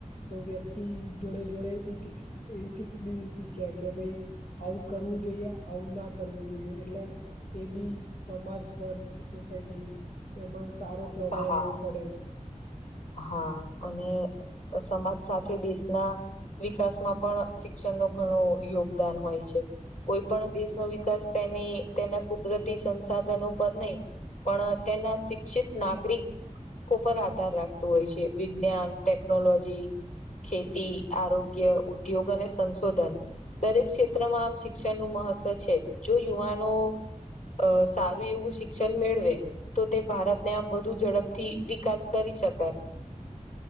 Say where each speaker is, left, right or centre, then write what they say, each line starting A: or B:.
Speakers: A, on the left; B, on the left.
A: તો વ્યક્તિ જોડે જોડે ઇથિક્સ ઇથિક્સ બી શીખ્યા કે ભાઈ આવું કરવું જોઈએ આવું ના કરવું જોઈએ એટલે એ બી સમાજ પર સોસાયટી એમાં સારો પ્રભાવ
B: હા
A: એવો પડે
B: હા અને સમાજ સાથે દેશના વિકાસ માં પણ શિક્ષણ ન ઘણું યોગદાન હોય છે કોઈ પણ દેશનો વિકાસ તેની તેના કુદરતી સંસાધનો પર નહી પણ તેના શિક્ષિત નાગરિક પર આધાર રાખ તો હોય છે વિજ્ઞાન ટેકનોલોજી ખેતી આરોગ્ય ઉદ્યોગ અને સંશોધન દરેક ક્ષેત્રમાં આમ શિક્ષણનુંું મહત્વ છે જો યુવાનો અ સારું એવું શિક્ષણ મેળવે તો તે ભારતને આમ વધુ ઝડપથી વિકાસ કરી શકાય